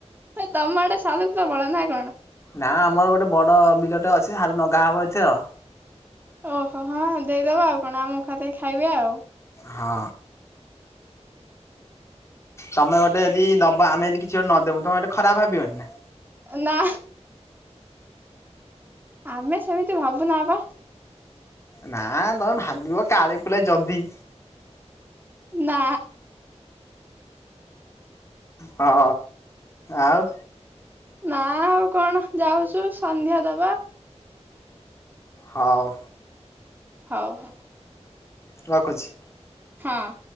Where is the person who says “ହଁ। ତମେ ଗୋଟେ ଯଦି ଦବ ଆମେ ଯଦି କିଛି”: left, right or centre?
Left